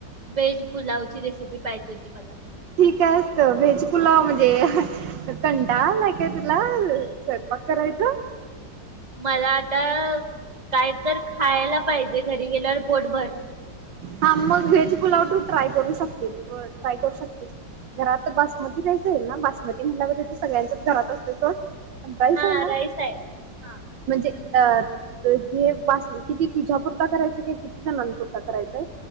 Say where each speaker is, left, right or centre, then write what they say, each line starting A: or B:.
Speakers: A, on the right; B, on the right.
A: व्हेज पुलावची रेसिपी पाहिजे होती मला.
B: ठीक आहेस त व्हेज पुलाव म्हणजे कंटाळा आलाय का तुला, स्वयंपाक करायचा?
A: मला आता, काय तर खायला पाहिजे घरी गेल्यावर पोटभर.
B: हा मग व्हेज पुलाव तू ट्राय करू शकतील, ट्राय करू शकतेस. घरात बासमती राईस आहे ना, बासमती तर सगळ्यांच्याच घरात असतोय सोड. राईस
A: हा
B: आहे ना
A: आहे हा
B: म्हणजे अ, हे भात, किती तुझ्यापुरता करायचं काय किती जणांनपुरतं करायचाय.